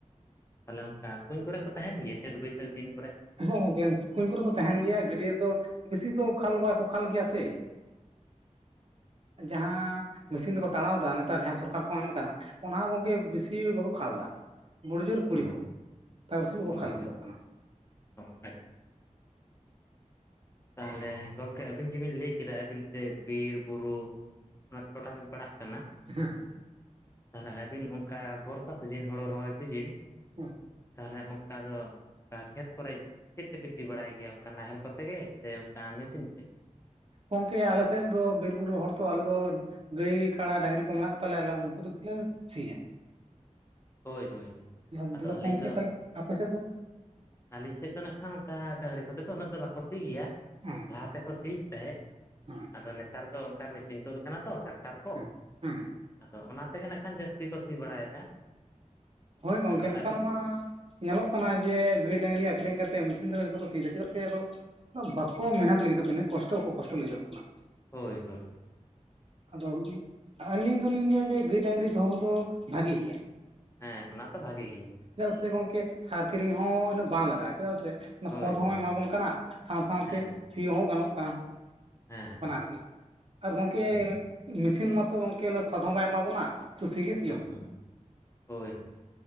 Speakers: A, on the left; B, on the right.
A: ᱛᱟᱦᱚᱞᱮ ᱚᱱᱠᱟ ᱠᱩᱧ ᱠᱚᱨᱮ ᱛᱚ ᱛᱟᱦᱮᱱ ᱜᱮᱭᱟ ᱪᱟᱹᱛ ᱵᱟᱹᱭᱥᱟᱹᱠᱷ ᱫᱤᱱ ᱠᱚᱨᱮ?
B: ᱦᱮᱸ ᱜᱚᱝᱠᱮ ᱠᱩᱸᱧ ᱠᱚᱨᱮ ᱫᱚ ᱛᱟᱦᱮᱱ ᱜᱮᱭᱟ ᱜᱟᱹᱰᱭᱟᱹ ᱨᱮᱫᱚ ᱵᱮᱥᱤ ᱫᱚ ᱠᱷᱟᱞ ᱵᱟᱠᱚ ᱠᱷᱟᱞ ᱜᱮᱭᱟ ᱥᱮ ᱾ ᱡᱟᱦᱟᱸ ᱢᱮᱥᱤᱱ ᱛᱮᱠᱚ ᱛᱟᱲᱟᱣ ᱫᱟ ᱱᱮᱛᱟᱨ ᱡᱟᱦᱟᱸ ᱥᱚᱨᱠᱟᱨ ᱠᱚ ᱮᱢ ᱠᱟᱱᱟ ᱚᱱᱟ ᱦᱚᱸ ᱜᱚᱝᱠᱮ ᱵᱮᱥᱤ ᱵᱟᱠᱚ ᱠᱷᱟᱞ ᱫᱟ ᱵᱩᱲᱩ ᱡᱳᱨ ᱠᱩᱲᱤ
A: ᱚ
B: ᱯᱷᱩᱴ ᱛᱟᱨ ᱵᱮᱥᱤ ᱵᱟᱠᱚ
A: ᱚ
B: ᱠᱷᱟᱞ ᱞᱟᱹᱜᱤᱫᱚᱜ
A: ᱟᱪᱪᱷᱟ
B: ᱠᱟᱱᱟ᱾
A: <unintelligible> ᱛᱟᱦᱚᱞᱮ ᱜᱚᱢᱠᱮ ᱟᱹᱵᱤᱱ ᱡᱮ ᱵᱤᱱ ᱞᱟᱹᱭ ᱠᱮᱫᱟ ᱟᱹᱵᱤᱱ ᱥᱮ ᱵᱤᱨ ᱵᱩᱨᱩ ᱚᱱᱟ ᱴᱚᱴᱷᱟ ᱵᱤᱱ ᱯᱟᱲᱟᱜ ᱠᱟᱱᱟ
B: ᱦᱮᱸ ᱾
A: ᱛᱟᱦᱚᱞᱮ ᱟᱹᱵᱤᱱ ᱚᱱᱠᱟ ᱵᱚᱨᱥᱟ ᱥᱤᱡᱤᱱ ᱦᱳᱲᱳ ᱨᱚᱦᱚᱭ ᱥᱤᱡᱤᱱ
B: <unintelligible>
A: ᱛᱟᱦᱚᱞᱮ ᱚᱱᱠᱟ ᱫᱚ ᱚᱱᱠᱟ ᱠᱷᱮᱛ ᱠᱚᱨᱮ ᱪᱮᱫ ᱛᱮᱯᱮ ᱥᱤ ᱵᱟᱲᱟᱭ ᱜᱮᱭᱟ ᱚᱱᱠᱟ ᱱᱟᱦᱮᱞ ᱠᱚᱛᱮ ᱜᱮ? ᱥᱮ ᱚᱱᱠᱟ ᱢᱮᱥᱤᱱ ᱛᱮ?
B: ᱜᱚᱝᱠᱮ ᱟᱞᱮ ᱥᱮᱫ ᱫᱚ ᱵᱤᱨ ᱵᱩᱨᱩ ᱦᱚᱲ ᱛᱚ ᱟᱞᱮ ᱫᱚ ᱜᱟᱹᱭ ᱠᱟᱲᱟ ᱰᱟᱝᱨᱤ ᱠᱚ ᱢᱮᱱᱟᱜ ᱠᱚ ᱛᱟᱞᱮᱭᱟ ᱟᱞᱮ ᱩᱱᱠᱩ ᱛᱮᱜᱮᱞᱮ ᱥᱤᱭᱟ᱾
A: ᱦᱳᱭ ᱦᱳᱭ ᱦᱳᱭ
B: <unintelligible>
A: ᱟᱫᱚ ᱟᱹᱞᱤᱧ
B: ᱜᱚᱝᱠᱮ
A: ᱫᱚ
B: ᱛᱟᱦᱚᱞᱮ ᱟᱯᱮ ᱥᱮᱫ ᱫᱚ
A: ᱟᱹᱞᱤᱧ ᱥᱮᱫ ᱫᱚ ᱱᱟᱜ ᱠᱷᱟᱱ ᱚᱱᱠᱟ ᱰᱟᱝᱨᱤ ᱠᱚᱛᱮ ᱫᱚ ᱩᱱᱟᱹᱜ ᱫᱚ ᱵᱟᱠᱚ ᱥᱤ ᱜᱮᱭᱟ᱾
B: <unintelligible>
A: ᱞᱟᱦᱟ ᱛᱮᱠᱚ ᱥᱤᱭᱮᱫ ᱛᱟᱦᱮᱸᱜ
B: ᱦᱮᱸ
A: ᱟᱫᱚ ᱱᱮᱛᱟᱨ ᱫᱚ ᱚᱱᱠᱟ ᱢᱮᱥᱤᱱ ᱛᱩᱫ ᱠᱟᱱᱟ ᱛᱚ ᱴᱟᱠ ᱴᱟᱨ ᱠᱚ
B: ᱦᱮᱸ ᱦᱮᱸ
A: ᱟᱫᱚ ᱚᱱᱟ ᱛᱮᱜᱮ ᱱᱟᱜ ᱠᱷᱟᱱ ᱡᱟᱹᱥᱛᱤ ᱠᱚ ᱥᱤ ᱵᱟᱲᱟᱭᱮᱫᱟ᱾
B: ᱦᱳᱭ ᱜᱚᱢᱠᱮ
A: ᱟᱫᱚ
B: ᱱᱮᱛᱟᱨ
A: ᱟᱹᱵᱤᱱ
B: ᱢᱟ ᱧᱮᱞᱚᱜ ᱠᱟᱱᱟ ᱡᱮ ᱜᱟᱹᱭ ᱰᱟᱝᱨᱤ ᱟᱹᱠᱷᱨᱤᱧ ᱠᱟᱛᱮ ᱢᱮᱥᱤᱱ ᱛᱮ ᱡᱚᱛᱚ ᱠᱚ ᱥᱤᱭᱮᱫᱟ ᱪᱮᱫᱟᱜ ᱥᱮ ᱟᱫᱚ ᱵᱟᱠᱚ ᱢᱮᱦᱚᱱᱚᱛ ᱞᱟᱹᱜᱤᱫᱚᱜ ᱠᱟᱱᱟ ᱩᱱᱟᱹᱜ ᱠᱚᱥᱴᱚ ᱵᱟᱠᱚ ᱠᱚᱥᱴᱚ ᱞᱟᱹᱜᱤᱫᱚᱜ ᱠᱟᱱᱟ ᱾
A: ᱦᱳᱭ ᱦᱳᱭ ᱾
B: ᱟᱫᱚ ᱟᱹᱞᱤᱧ ᱫᱚᱞᱤᱧ ᱞᱟᱹᱭᱟ ᱡᱮ ᱜᱟᱹᱭ ᱰᱟᱝᱨᱤ ᱫᱚᱦᱚ ᱫᱚ ᱵᱷᱟᱜᱮ ᱜᱮᱭᱟ᱾
A: ᱦᱮᱸ ᱚᱱᱟ ᱛᱚ ᱵᱷᱟᱜᱮ ᱜᱮᱭᱟ᱾
B: ᱪᱮᱫᱟᱜ ᱥᱮ ᱜᱚᱝᱠᱮ ᱥᱟᱨ ᱠᱤᱨᱤᱧ ᱦᱚᱸ ᱩᱱᱟᱹᱜ ᱵᱟᱝ ᱞᱟᱜᱟᱜ-ᱟ ᱪᱮᱫᱟᱜ ᱥᱮ ᱚᱱᱟ
A: ᱦᱳᱭ
B: ᱠᱷᱚᱛ ᱦᱚᱸᱭ
A: ᱦᱳᱭ
B: ᱮᱢᱟ ᱵᱚᱱ ᱠᱟᱱᱟ ᱥᱟᱶ ᱥᱟᱶᱛᱮ
A: ᱦᱮᱸ
B: ᱥᱤ ᱦᱚᱸ ᱜᱟᱱᱚᱜ ᱠᱟᱱᱟ᱾
A: ᱦᱮᱸ
B: ᱵᱟᱱᱟᱨᱜᱮ ᱟᱨ ᱜᱚᱝᱠᱮ
A: ᱦᱩᱸ
B: ᱢᱮᱥᱤᱱ ᱢᱟᱛᱚ ᱜᱚᱢᱠᱮ ᱠᱷᱚᱛ ᱦᱚᱸ ᱵᱟᱭ ᱮᱢᱟ ᱵᱚᱱᱟ ᱥᱤ ᱜᱮ
A: ᱦᱮᱸ
B: ᱥᱤᱭᱟᱵᱚᱱ
A: ᱦᱮᱸ ᱦᱳᱭ ᱦᱳᱭ ᱾